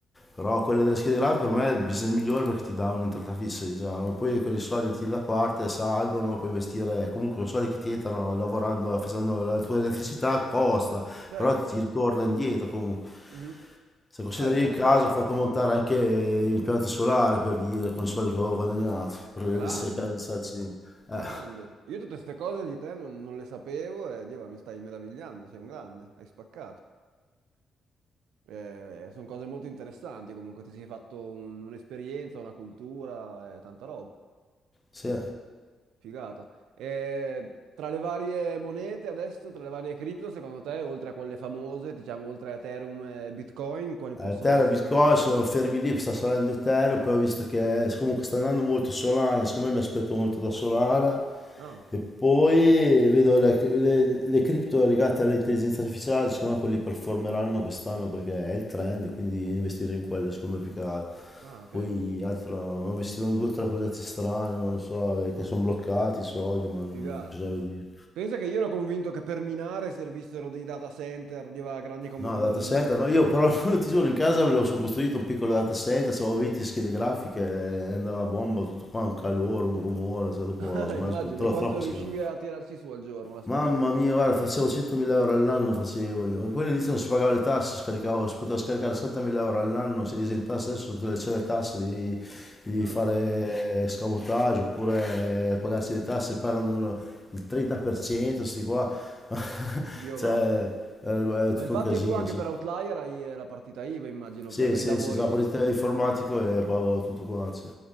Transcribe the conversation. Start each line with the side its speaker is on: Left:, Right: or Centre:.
Left: Però quello delle schede grafiche per me è il business migliore perché ti dà un'entrata fissa, diciamo. Poi quei soldi ti da parte, salgono, puoi investire. Comunque, sono soldi che ti entrano lavorando, facendo la tua elettricità costa
Right: Certo.
Left: però ti ritorna indietro comunque.
Right: Mhm.
Left: Se consideri
Right: Ah, è interessante.
Left: io in casa ho fatto montare anche l'impianto solare per dire con i soldi che avevo guadagnato per
Right: Ma grande.
Left: cercare di starci. Eh,
Right: Grande. Io tutte queste cose di te non, non le sapevo e Dio, mi stai meravigliando, sei un grande, hai spaccato. Eh, sono cose molto interessanti, comunque ti sei fatto un- un'esperienza, una cultura, eh, tanta roba.
Left: sì.
Right: Figata. Eh, tra le varie monete adesso, tra le varie cripto, secondo te, oltre a quelle famose, diciamo oltre a Ethereum e Bitcoin, quali possono
Left: Eh, Terra
Right: essere?
Left: Bitcoin sono fermi lì, sta salendo Ethereum, poi ho visto che eh, comunque sta andando molto Solana, secondo me mi aspetto molto da Solana
Right: No.
Left: e poi vedo le, le, le cripto legate all'intelligenza artificiale, secondo me quelli performeranno quest'anno perché è il trend, quindi investire in quello secondo me più che altro.
Right: Ah, ok.
Left: Poi altro, ho investito in due o tre progetti strani, non lo so, eh, che sono bloccati i soldi, ma non
Right: Figata.
Left: bisogna vedere.
Right: Pensa che io ero convinto che per minare servissero dei data center, Dio, grandi come
Left: No,
Right: un
Left: data center, no, io però <laughs> ti giuro in casa me lo sono costruito un piccolo data center, avevo 20 schede grafiche, eh, andava a bomba tutto qua, un calore, un rumore, cioè dopo ho
Right: <laughs> Eh,
Left: smesso,
Right: Immagino,
Left: perché tro-
Right: e quanto
Left: troppe
Right: riuscivi
Left: schede.
Right: a tirarci su al giorno, a spremerci?
Left: Mamma mia, guarda, facevo 100.000 euro all'anno, facevo io. Poi all'inizio non si pagava le tasse, scaricavo, si poteva scaricare 60.000 euro all'anno, se esentasse adesso tutte le, c'è le tasse, devi, devi
Right: Ah,
Left: fare eh, scamotaggio oppure eh, pagarsi le tasse, parlano il 30%, sti qua, <laughs>
Right: Dio
Left: cioè
Right: va.
Left: è, è
Right: Ma
Left: tutto
Right: infatti
Left: un casino.
Right: tu anche
Left: sì.
Right: per Outlier hai eh, la partita IVA, immagino,
Left: Sì,
Right: cioè per
Left: sì,
Right: i lavori...
Left: sì, sono partito informatico e pago tutto quanto. sì.